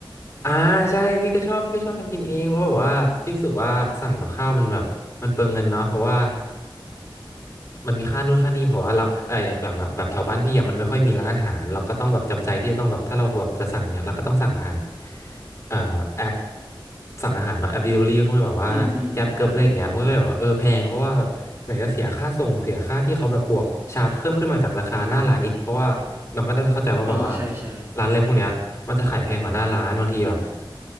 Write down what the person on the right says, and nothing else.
อืมอืมครับครับ
อ๋อใช่ใช่